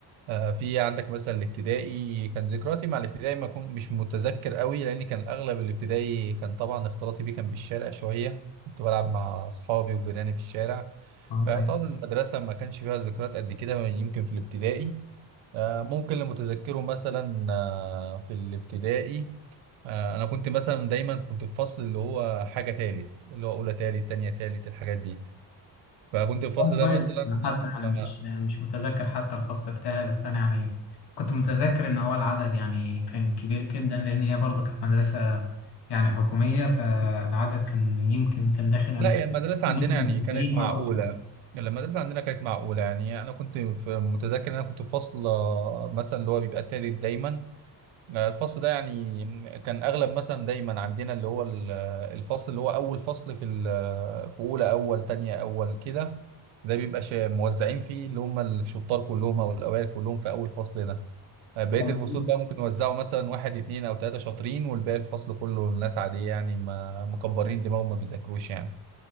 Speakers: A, on the right; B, on the left.
A: آه، في عندك مثلا الابتدائي كان ذكرياتي مع الابتدائي ما كنت مش متذكر قوي لان كان اغلب الابتدائي كان طبعا اختلاطي بيه كان بالشارع شويه كنت بلعب مع اصحابي وجيراني في الشارع
B: اه
A: فطبعا
B: طيب.
A: المدرسه ما كانش فيها ذكريات قد كده يمكن في الابتدائي آه، ممكن اللي متذكره مثلا آه، في الابتدائي آه، انا كنت مثلا دايما كنت في فصل اللي هو حاجه تالت اللي هو اولى تالت تانية تالت الحاجات دي فكنت الفصل
B: آه، كويس
A: ده مثلا
B: أنا حتى يعني
A: مع...
B: مش مش متذكر حتى الفصل بتاعي بس أنا يعني كنت متذكر إن هو العدد يعني كان كبير جدا لأن هي برضه كانت مدرسة يعني حكومية فالعدد كان يمكن كان داخل أنا
A: لا
B: فاكر
A: يعني المدرسة
B: إن
A: عندنا
B: هو كان
A: يعني
B: 90
A: كانت معقولة
B: أو أكتر
A: يعني المدرسة عندنا كانت معقولة يعني أنا كنت في متذكر إن أنا كنت في فصل آه، مثلا اللي هو بيبقى تالت دايما آه، الفصل ده يعني كان أغلب مثلا دايما عندنا اللي هو ال- آه، الفصل اللي هو أول فصل في ال- آه، في أولى أول تانية أول كده ده بيبقى شا- موزعين فيه اللي هم الشطار كلهم أو الأوائل كلهم في أول فصل ده آه، بقية
B: أو
A: الفصول
B: 80.
A: بقى ممكن يوزعوا مثلا واحد اتنين أو تلاتة شاطرين والباقي الفصل كله الناس عادية يعني ما مكبرين دماغهم ما بيذاكروش يعني